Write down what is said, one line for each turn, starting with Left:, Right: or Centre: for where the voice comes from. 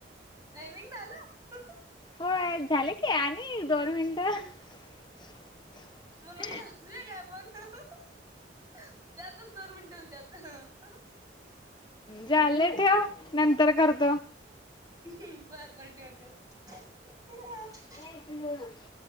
Right: टाइमिंग झालं ह् अ
Left: होय झाले की आणि एक दोन मिनटं. <unintelligible>
Right: नूसतं हसूयातं काय आपण ह् ह् त्यातंच दोन मिनट होत्यात.
Left: झाले ठेव नंतर करत
Right: हम्म बरं बरं ठेव ठेव.
Left: ए पिल्लू.